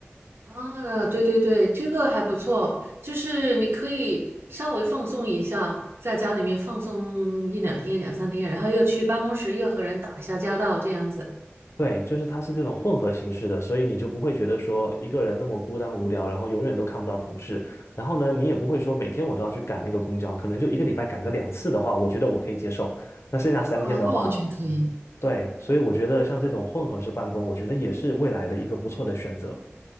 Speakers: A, on the right; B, on the left.
A: 啊，对对对，这个还不错，就是你可以稍微放松一下，在家里面放松一两天、两三天，然后又去办公室又和人打一下交道这样子。
B: 对，就是它是这种混合形式的，所以你就不会觉得说一个人那么孤单无聊，然后永远都看不到同事。然后呢，你也不会说每天我都要去赶那个公交，可能就一个礼拜赶个两次的话，我觉得我可以接受。那剩下三天的话，
A: 啊，那完全可以。
B: 对，所以我觉得像这种混合式办公，我觉得也是未来的一个不错的选择。